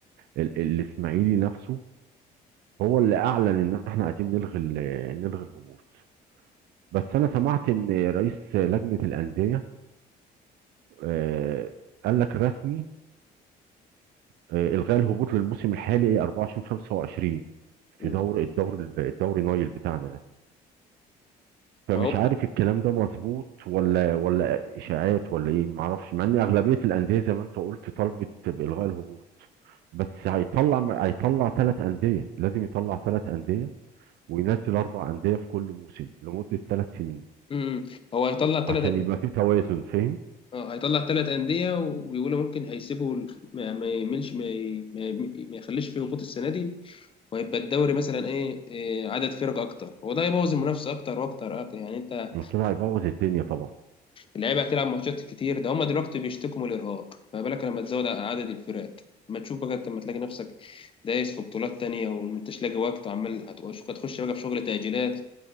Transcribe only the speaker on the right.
ال- الاسماعيلي نفسه هو اللي اعلن ان احنا عايزين نلغي ال- نلغي الهبوط بس انا سمعت ان رئيس لجنة الأندية آه، قال لك رسمي آه، الغاء الهبوط للموسم الحالي 24 25 في
دور الدور الدوري نايل بتاعنا ده فمش
عارف الكلام ده مظبوط ولا ولا اشاعات ولا ايه معرفش مع ان اغلبيه الانديه زي ما انت قلت طالبت بالغاء الهبوط بس هيطلع هيطلع ثلاث انديه لازم يطلع ثلاث انديه وينزل اربع انديه في كل موسم لمده ثلاث سنين
عشان يبقى في توازن فاهم
ما كده هيبوظ الدنيا طبعا